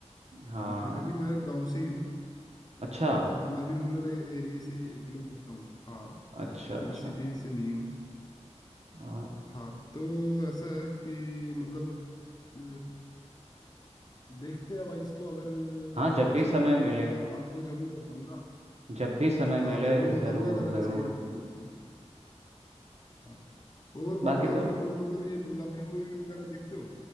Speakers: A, on the right; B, on the left.
A: हाँ
B: अ, हालांकि मैं गांव से ही हूँ
A: अच्छा
B: मतलब मैं भी रूरल एरिया से बिलोंग करता हूँ हाँ
A: अच्छा अच्छा
B: मैं सिटी से नहीं हूँ
A: हाँ
B: हाँ तो ऐसा है कि मतलब अ, देखते हैं भाई इसको अगर
A: हाँ जब भी
B: अच्छी
A: समय
B: लगेगी
A: मिले
B: तो मैं आपको जरूर बताऊंगा
A: जब भी समय
B: हाँ
A: मिले
B: जरूर
A: ज़रूर
B: बताऊंगा अगर
A: ज़रूर
B: अच्छी लगी। हाँ और
A: बाकी
B: बाकी आपने
A: तो
B: कोई मतलब ये पंजाबी मूवी वगैरह देखते हो